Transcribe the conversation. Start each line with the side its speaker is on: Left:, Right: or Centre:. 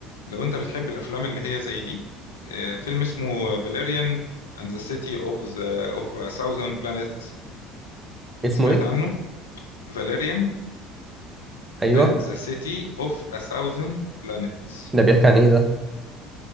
Left: لو انت بتحب الافلام اللي هي زي دي آه، فيلم اسمه فاليريان اند ذا سيتي اوف ذا اوف ا ثاوزند بلانيتس
Right: اسمه
Left: سمعت
Right: إيه؟
Left: عنه فاليريان
Right: أيوه
Left: اند ذا سيتي اوف ا ثاوزند بلانيتس
Right: ده بيحكي عن إيه ده؟